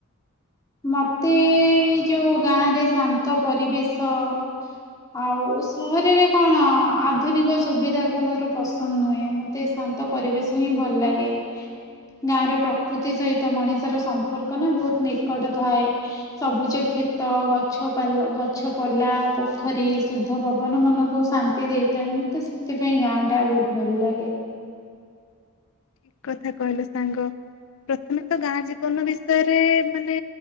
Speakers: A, on the left (about 15°); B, on the left (about 65°).
A: ମୋତେ ଯେଉଁ ଗାଁରେ ଶାନ୍ତ ପରିବେଶ ଆଉ ସହରରେ କଣ ଆଧୁନିକ ସୁବିଧା କୁ ମୋର ପସନ୍ଦ ନୁହେଁ ମତେ ତେ ଶାନ୍ତ ପରିବେଶ ହିଁ ଭଲ ଲାଗେ। ଗାଁ ର ପ୍ରକୃତି ସହିତ ମଣିଷର ସମ୍ପର୍କ ନା ବହୁତ ନିକଟ ଥାଏ। ସବୁଜ କ୍ଷେତ ଗଛ ପାଲ ଗଛ ପଲା ପୋଖରୀ ଶୁଦ୍ଧ ପବନ ମନକୁ ଶାନ୍ ନ୍ତି ଦେଇଥାଏ ମତେ ସେଥିପାଇଁ ଗାଁ ଟା ବହୁତ ଭଲ ଲାଗେ।
B: ଠିକ କଥା କହିଲ ସାଙ୍ଗ ପ୍ରଥମେ ତ ଗାଁ ଜୀବନ ବିଷୟରେ ମାନେ